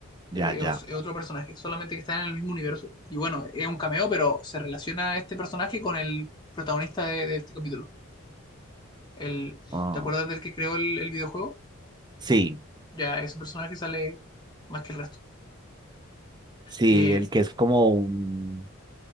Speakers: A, on the right; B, on the left.
A: ya,
B: Eh,
A: ya.
B: os- es otro personaje, solamente que está en el mismo universo. Y bueno, es un cameo, pero se relaciona este personaje con el protagonista de de este capítulo. El,
A: Ah,
B: ¿te acuerdas del que creó el, el videojuego?
A: sí.
B: Ya ese personaje sale más que el resto.
A: Sí,
B: Eh,
A: el que es como un